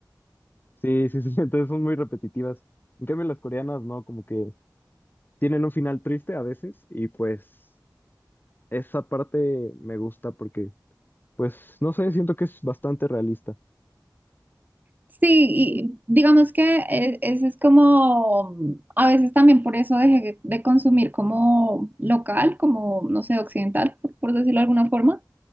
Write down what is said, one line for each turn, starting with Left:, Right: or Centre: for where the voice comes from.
Left: Sí, sí, sí, <laughs> entonces son muy repetitivas. En cambio, las coreanas no, como que tienen un final triste a veces y pues Esa parte me gusta porque, pues, no sé, siento que es bastante realista.
Right: Sí, y digamos que eh, ese es como, a veces también por eso dejé de consumir como local, como, no sé, occidental, por, por decirlo de alguna forma.